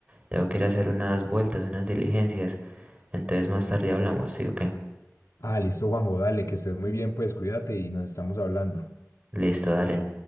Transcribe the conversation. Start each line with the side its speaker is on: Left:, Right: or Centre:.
Right: tengo que ir a hacer unas vueltas, unas diligencias. Entonces más tarde hablamos, ¿sí o qué?
Left: Ah, listo, Juanjo, dale, que estés muy bien, pues cuídate y nos estamos hablando.
Right: Listo, dale.